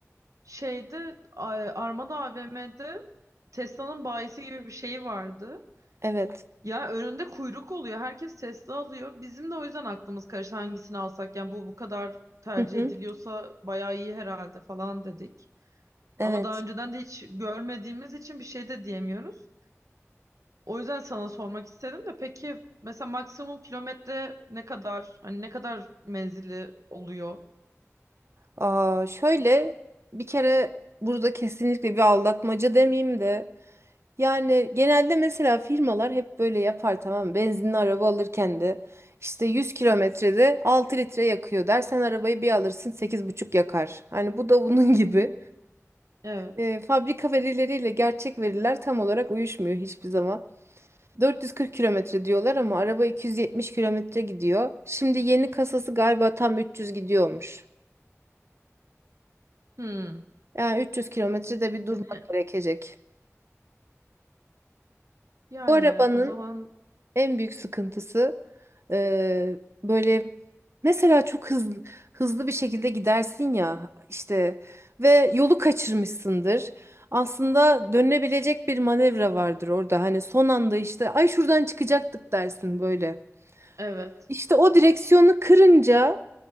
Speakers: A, on the right; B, on the right.
A: şeyde A- Armada AVM'de Tesla'nın bayisi gibi bir şeyi vardı.
B: Evet.
A: Ya önünde kuyruk oluyor. Herkes Tesla alıyor. Bizim de o yüzden aklımız karıştı hangisini alsak. Yani bu bu kadar tercih
B: Hı hı.
A: ediliyorsa bayağı iyi herhalde falan dedik.
B: Evet.
A: Ama daha önceden de hiç görmediğimiz için bir şey de diyemiyoruz. O yüzden sana sormak istedim de peki mesela maksimum kilometre ne kadar? Hani ne kadar menzili oluyor?
B: Aa, şöyle bir kere burada kesinlikle bir aldatmaca demeyeyim de yani genelde mesela firmalar hep böyle yapar tamam mı? Benzinli araba alırken de işte 100 kilometrede 6 litre yakıyor der. Sen arabayı bir alırsın sekiz buçuk yakar. Hani bu da bunun <laughs> gibi.
A: Evet.
B: Ee, fabrika verileriyle gerçek veriler tam olarak uyuşmuyor hiçbir zaman. 440 kilometre diyorlar ama araba 270 kilometre gidiyor. Şimdi yeni kasası galiba tam 300 gidiyormuş.
A: Hmm.
B: Yani 300 kilometrede bir durmak
A: Yine
B: gerekecek.
A: yani
B: Bu arabanın
A: o zaman
B: en büyük sıkıntısı e, böyle mesela çok hızlı hızlı bir şekilde gidersin ya işte ve yolu kaçırmışsındır. Aslında dönülebilecek bir manevra vardır orada. Hani son anda işte ay şuradan çıkacaktık dersin böyle.
A: evet.
B: İşte o direksiyonu kırınca